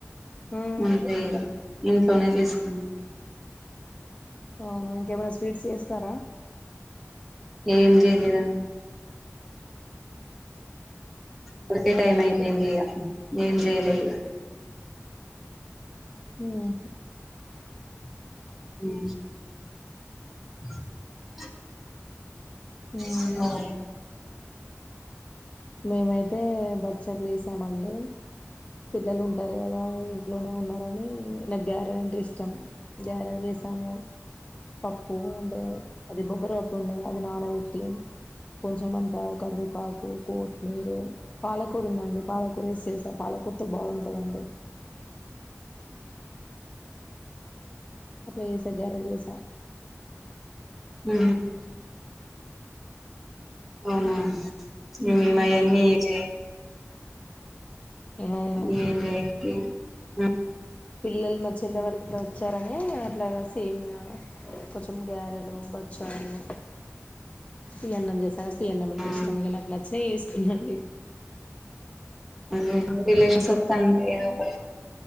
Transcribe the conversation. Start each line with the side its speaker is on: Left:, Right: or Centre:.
Left: మ్మ్
Centre: అంతగా ఇంట్నే చేసుకుంది
Left: అవునా ఇంకేమైనా స్వీట్స్ చేస్తారా
Centre: ఏం చేయలేదుం కకె టైమ్ యితే ఇండి ఎం చేయలేగా
Left: ఉ ఉ
Centre: అ
Left: మ్మ్
Centre: తినవా
Left: మేమైతే బ చల్సామండి పిల్లలు ఉంటారు కదా ఇంట్లోనే ఉన్నారని నాకు గ్యార అంటే ఇష్టం గ్యారె సమయ పప్పు అంటే అదే కొబ్బరిపప్పు ఉండే అది నానబెట్టి కొంచెం అంతా కరివేపాకు కోట్మీరు పాలకూరు ఉందండి పాలకూర వే చేసా పాలకర్తూ బాగుంటాదండి అట్లాశా గారెలు చేశా
Centre: మ్ అవునా మీ
Left: మ్మ్
Centre: మీమాయన్ని ఇ
Left: అవునా
Centre: ఏ లేతే ఆ
Left: పిల్లలు మా చిటవరకులా వచ్చారని అట్లాగా సేమయా కొంచెం గారెలు బచ్చాలు ఈ అన్నం చేసారు తీ అన్నామంటే
Centre: ఆ
Left: ఇష్టం ఇక నాకు నచ్చినవి చేసుకున్నాండి
Centre: అదే రిలేషన్స్ వాతంది
Left: అట్లా
Centre: ఏదో ఒకటి